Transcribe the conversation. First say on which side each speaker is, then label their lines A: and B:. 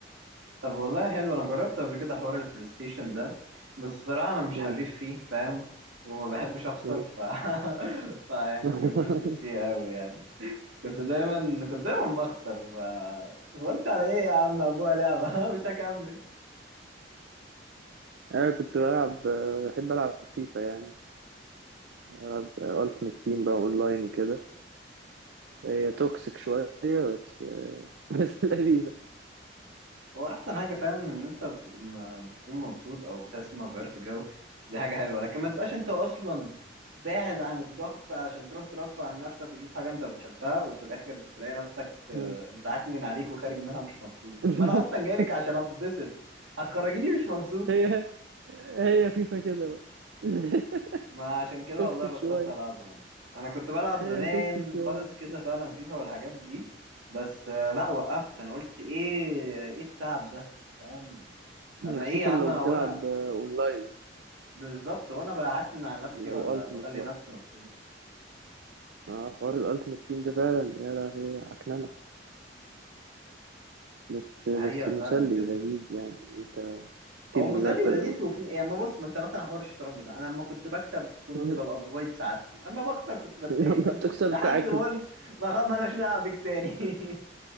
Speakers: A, on the right; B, on the right.
A: طب والله حلو انا جربت قبل كده حوار البلاي ستيشن ده بس الصراحة انا مش
B: مم.
A: حريف فيه فاهم وما بحبش اخسر
B: مم.
A: ف... <laughs> فيعني
B: <laughs>
A: ما كملتش فيه قوي يعني كنت دايما كنت دايما بخسر ف... قلت على ايه يا عم ابوها لعبة <laughs> مش هكمل
B: انا كنت بلعب بحب العب فيفا يعني ألعب ألتيمت تيم بقى أونلاين وكده هي توكسيك شوية بس <laughs> بس لذيذة
A: هو احسن حاجه فاهم ان انت ب- ما بتكون مبسوط او بتحس انك غيرت جو دي حاجه حلوه لكن ما تبقاش انت اصلا باعد عن الضغط علشان تروح ترفع عن نفسك وتشوف حاجه انت بتحبها وفي الاخر تلاقي نفسك آه،
B: مم.
A: متعكنن عليك وخارج منها مش مبسوط
B: <laughs>
A: طب ما انا اصلا جايلك عشان اتبسط هتخرجيني مش مبسوط
B: هي هي فيفا كده بقى <laughs>
A: ما عشان كده
B: توكسيك
A: والله بطلت
B: شوية
A: العبهم انا كنت بلعب
B: هي
A: زمان
B: توكسيك شوية
A: خالص كده فعلا فيفا والحاجات دي بس آه، لا وقفت انا قلت ايه ايه التعب ده فاهم انا
B: خصوصا
A: ايه يا عم
B: لو
A: وانا
B: بتلعب آه، أونلاين
A: بالظبط وانا بعتمد على نفسي
B: لو
A: ولا
B: ألتيمت
A: بخلي
B: بقى
A: نفسي مبسوط
B: آه حوار الألتيمت تيم ده فعلا يا لهوي عكننة بس بس
A: الحقيقه
B: مسلي
A: فعلا جدا
B: لذيذ يعني أنت تبني
A: هو مسلي
B: بقى
A: ولذيذ
B: فرقة وكده
A: وفي يعني ما بص ما انت مثلا حوار الشطرنج ده انا لما كنت بكسب كنت
B: <laughs> مم.
A: ببقى في غايه سعادتي اما بخسر كنت بتضايق
B: يلا
A: فاهم
B: بتخسر
A: لحد
B: بتاعك
A: ما قلت ما خ... مالناش لعبك تاني <laughs>